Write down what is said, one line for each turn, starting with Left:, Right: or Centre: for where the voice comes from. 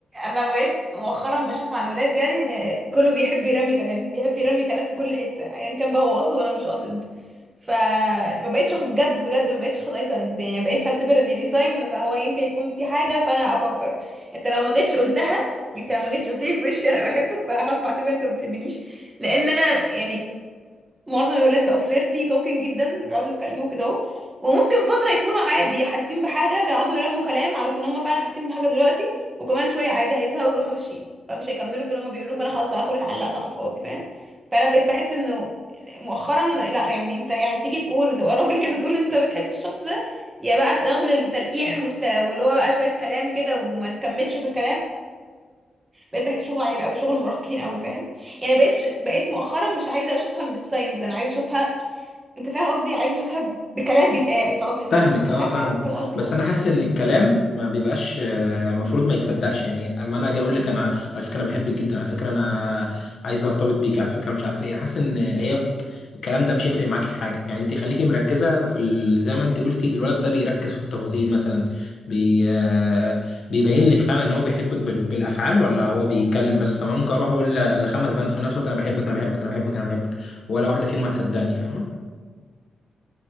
Right: انا بقيت مؤخرا بشوف مع الولاد يعني ان كله بيحب يرمي كلام بيحب يرمي كلام في كل حته ايا كان بقى هو قاصد ولا مش قاصد فما بقتش اخد بجد بجد ما بقتش اخد اي ساينز يعني ما بقتش اعتبر ان دي ساين فهو يمكن يكون في حاجه فانا افكر انت لو ما جيتش قلتها انت لو ما جيتش قلت لي في وشي انا بحبك فانا خلاص معتبر انت ما بتحبنيش لان انا يعني معظم الولاد بقوا فليرتي توكينج جدا بيقعدوا يتكلموا كده اهو وممكن فتره يكونوا عادي حاسين بحاجه فيقعدوا يرموا كلام على ان هم فعلا حاسين بحاجه دلوقتي وكمان شويه عادي هيزهقوا ويروحوا ماشيين فمش هيكملوا في اللي هم بيقولوه فانا خلاص بقى أكون اتعلقت على الفاضي فاهم فانا بقيت بحس انه مؤخرا لا يعني انت يا هتيجي تقول وتبقى راجل كده تقول انت بتحب الشخص ده يا بقى شغل التلقيح والت... واللي هو بقى شويه كلام كده وما نكملش في الكلام بقيت بحس شغل عيال قوي شغل مراهقين قوي فاهم يعني بقيتش بقيت مؤخرا مش عايزه اشوفها بالساينز انا عايزه اشوفها انت فاهم قصدي عايزه اشوفها بكلام بيتقال خلاص احنا
Left: فاهمك
Right: انت
Left: اه
Right: فاهم
Left: فاهمك
Right: حاجه فاهم قصدي
Left: بس انا حاسس ان الكلام ما بيبقاش آه، المفروض ما يتصدقش يعني اما انا اجي اقول لك انا على فكره انا بحبك جدا على فكره انا عايز ارتبط بيك على فكره مش عارف ايه حاسس ان هي الكلام ده مش هيفرق معاكي في حاجه يعني انت خليكي مركزه في ال... زي ما انت قلتي الولد ده بيركز في التفاصيل مثلا بي... آه، بيبين لك فعلا ان هو بيحبك بال... بالافعال ولا هو بيتكلم بس أنا ممكن اروح اقول ل- لخمس بنات في نفس الوقت انا بحبك انا بحبك انا بحبك انا بحبك ولا واحده فيهم هتصدقني فاهمه